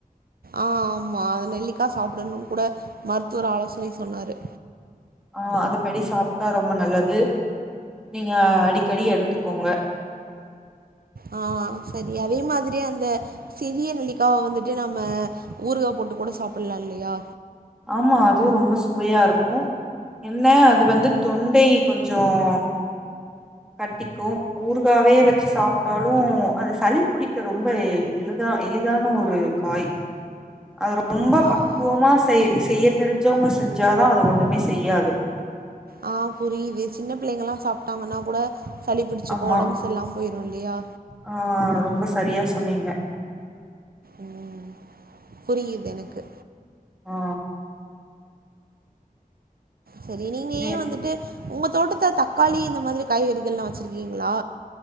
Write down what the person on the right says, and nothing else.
ஆ ஆமா அத நெல்லிக்கா சாப்பிடும்னு கூட மருத்துவர் ஆலோசனை சொன்னாரு
ஆ சரி அதே மாதிரி அந்த சிறிய நல்லிக்காய வந்துட்டு நம்ம ஊறுகா போட்டு கூட சாப்பிடலா இல்லையா
ஆ
ஆஹ் புரியுது சின்ன பிள்ளைங்க எல்லாம் சாப்பிட்டாங்கன்னா கூட சளிபிடிச்சு
போ உடம்புஸ் எல்லாம் போயிரும் இல்லையா
உம் புரியுது எனக்கு
சரி நீங்க
ஏன் வந்துட்டு உங்க தோட்டத்த தக்காளி இந்த மாதிரி காய்கறிகள்லா வெச்சிருக்கீங்களா